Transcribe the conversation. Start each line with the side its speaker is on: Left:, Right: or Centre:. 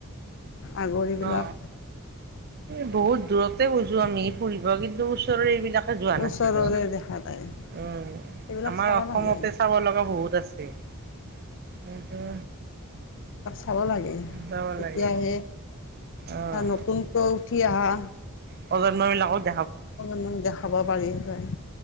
Left: আগৰ এইবিলাক
Right: অ এই বহুত। দূৰতে গৈছো আমি ফুৰিব, কিন্তু ওচৰৰে এইবিলাক। যোৱা
Left: ওচৰৰে
Right: নাছিলো,
Left: দেখা যায়
Right: উম
Left: এইবিলাক
Right: আমাৰ
Left: চাব
Right: অসমতে
Left: লাগে
Right: চাব লগা বহুত আছে। কিন্তু?
Left: খাব লাগে
Right: যাব
Left: তেতিয়াহে
Right: লাগে অ',
Left: নতুনকৈ উঠি আহা।
Right: প্ৰজন্ম বিলাকত।
Left: অকমান মান দেখাব পাৰি হয়,